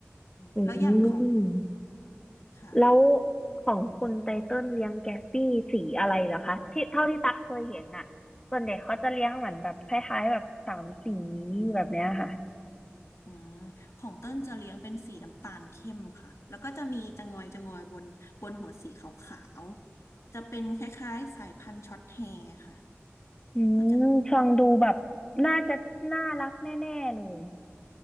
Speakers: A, on the left; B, on the left.
A: อืมแล้วอย่างของ
B: อืม
A: ค่ะ
B: แล้วของคุณไตเติ้ลเลี้ยงแกสปี้สีอะไรเหรอคะที่เท่าที่ตักเคยเห็นน่ะส่วนเด็กเขาจะเลี้ยงเหมือนแบบคล้ายๆแบบสามสีแบบเนี้ยค่ะ
A: อืมของเต้นจะเลี้ยงเป็นสีน้ำตาลเข้มค่ะ แล้วก็จะมีจะงอยจะงอยบนบนหัวสีขาวๆจะเป็นคล้ายๆสายพันธุ์ช็อตแฮร์ค่ะ
B: อืมฟังดูแบบน่าจะน่ารักแน่ๆเลย
A: ก็จะ